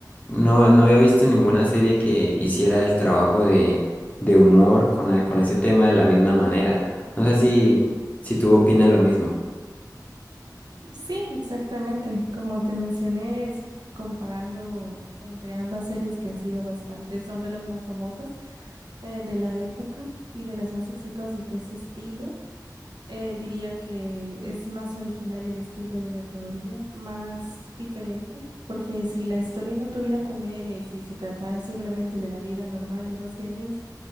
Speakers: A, on the left (about 20°); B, on the right (about 75°).
A: no, no había visto ninguna serie que hiciera el trabajo de humor con, a- con ese tema de la misma manera. No sé si, si tú opinas lo mismo.
B: Sí, exactamente. Como te mencioné, es comparando entre ambas series que han sido bastante, son de las más famosas eh, de la época y de las más exitosas de ese estilo. Eh, diría que es más original el estilo de la teoría, más diferente, porque si la historia no tuviera comedia y si se tratara simplemente de la vida normal de unos genios,